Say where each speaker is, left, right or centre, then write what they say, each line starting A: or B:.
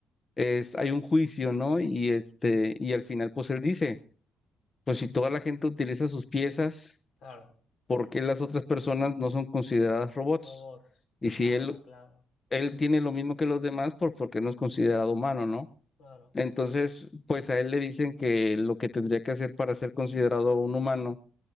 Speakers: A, on the left; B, on the left.
A: es, hay un juicio, ¿no? Y este, y al final, pues él dice, pues si toda la gente utiliza sus piezas
B: claro.
A: por qué las otras personas no son consideradas robots.
B: Robots.
A: Y si
B: Claro,
A: él,
B: claro,
A: él tiene lo mismo que los demás, por por qué no es considerado humano, ¿no?
B: claro.
A: Entonces, pues a él le dicen que lo que tendría que hacer para ser considerado un humano